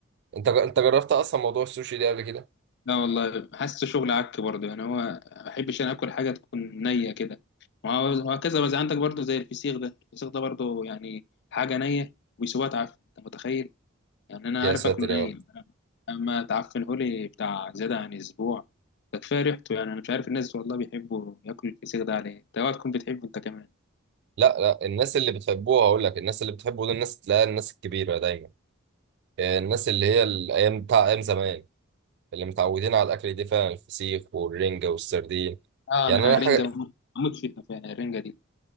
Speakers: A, on the right (about 55°); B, on the left (about 55°).
A: انت انت جربت اصلا موضوع السوشي ده قبل كده
B: لا والله حاسه شغل عك برضه يعني هو ما بحبش انا اكل حاجه تكون نيه كده وهو- وهكذا بس عندك برضه زي الفسيخ ده الفسيخ ده برضه يعني حاجه نيه ويسيبوها تعفن انت متخيل يعني انا
A: يا
B: عارف
A: ساتر
B: اكله ني
A: يا رب
B: اما تعفنه لي بتاع زياده عن اسبوع ده كفايه ريحته يعني انا مش عارف الناس والله بيحبوا ياكلوا الفسيخ ده عليه انت اوعى تكون بتحبه انت كمان
A: لا لا الناس اللي بتحبوها هقول لك الناس اللي بتحبه دول الناس تلاقيها الناس الكبيرة دايما آه، الناس اللي هي الأيام بتاع أيام زمان اللي متعودين على الأكل دي فعلا الفسيخ والرنجة والسردين
B: اه
A: يعني
B: انا
A: أنا
B: الرنجه
A: حاجة
B: بموت بموت فيها فعلا الرنجه دي